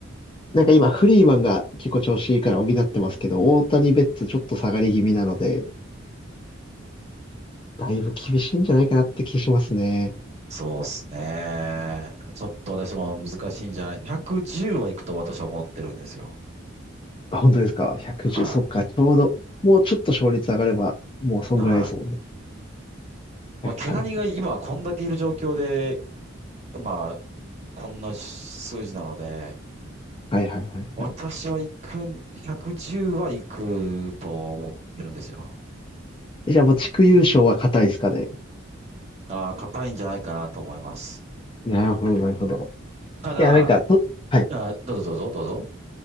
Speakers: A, on the left (about 25°); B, on the right (about 35°).
A: なんか今、フリーマンが結構調子いいから補ってますけど、大谷ベッツちょっと下がり気味なので、だいぶ厳しいんじゃないかなって気しますね。
B: そうですね。ちょっと私も難しいんじゃない ?110 はいくと私は思ってるんですよ。
A: あ、本当ですか ?110、
B: は
A: そっか、ちょうど、もうちょっと勝率上がれば、もうそんぐらいですもんね。
B: い。はい。まあ、
A: はいはいはい。
B: 怪我人が今こんだけいる状況で、まあ、こんな数字なので、
A: はいはいはいはい。
B: 私は行くん、110は行くと思ってるんですよ。
A: えじゃあもう地区優勝は硬いですかね。
B: ああ、硬いんじゃないかなと思います。
A: なるほど、なるほど。
B: ただ、
A: いや、なんか、こ、はい
B: あー、どうぞどうぞ、どうぞ。